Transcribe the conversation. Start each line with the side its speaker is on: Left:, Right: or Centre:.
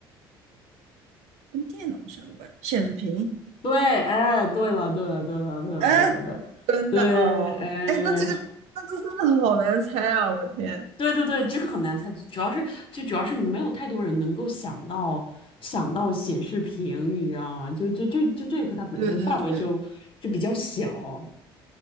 Right: 跟电脑相关，显示屏。
Left: 对，哎，对了，对了，对了，对了，
Right: 哎，
Left: 对了，对了
Right: 真的哦，
Left: 对，哎。
Right: 哎，那这个 <laughs>，那这真的好难猜啊！我天，
Left: 对对对，这个很难猜，主要是就主要是没有太多人能够想到想到显示屏，
Right: 我
Left: 你知道吗？就就就就这个它本身范围就就比较小。
Right: 对对对，